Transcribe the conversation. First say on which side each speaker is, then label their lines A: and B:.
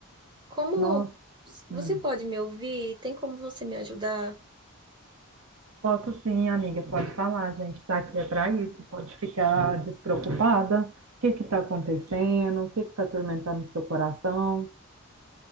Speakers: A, on the right (about 20°); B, on the right (about 70°).
A: Como
B: Nossa,
A: você
B: hum.
A: pode me ouvir? Tem como você me ajudar?
B: Posso sim, amiga, pode falar, a gente tá aqui é pra isso, pode ficar despreocupada. O que que tá acontecendo? O que que tá atormentando o seu coração?